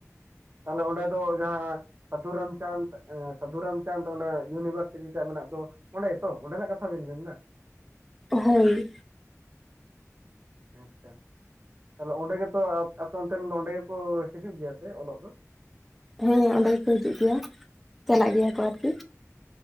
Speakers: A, on the right (about 40°); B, in the centre.
A: ᱛᱟᱦᱚᱞᱮ ᱚᱸᱰᱮ ᱫᱚ ᱡᱟᱦᱟᱸ ᱥᱟᱫᱷᱩ ᱨᱟᱢᱪᱟᱸᱫᱽ ᱮᱸ ᱥᱟᱫᱷᱩ ᱨᱟᱢᱪᱟᱸᱫᱽ ᱚᱱᱮ ᱤᱭᱩᱱᱤᱵᱷᱟᱨᱥᱤᱴᱤ ᱴᱷᱮᱡ ᱢᱮᱱᱟᱜ ᱫᱚ ᱚᱸᱰᱮ ᱜᱮᱛᱚ ᱚᱸᱰᱮᱱᱟᱜ ᱠᱟᱛᱷᱟ ᱵᱮᱱ ᱢᱮᱱᱫᱟ?
B: ᱮᱸᱦᱮᱸᱱ
A: ᱟᱪᱪᱷᱟ, ᱛᱟᱦᱚᱞᱮ ᱚᱸᱰᱮ ᱜᱮᱛᱚ ᱟᱯ ᱟᱯᱮ ᱚᱱᱛᱮ ᱨᱮᱱ ᱫᱚ ᱚᱸᱰᱮ ᱜᱮᱠᱚ ᱦᱤᱡᱩᱜ ᱜᱮᱭᱟ ᱥᱮ ᱚᱞᱚᱜ ᱫᱚ?
B: ᱦᱮᱸ ᱚᱸᱰᱮ ᱜᱮᱠᱚ ᱦᱤᱡᱩᱜ ᱜᱮᱭᱟ ᱪᱟᱞᱟᱜ ᱜᱮᱭᱟ ᱠᱚ ᱟᱨᱠᱤ᱾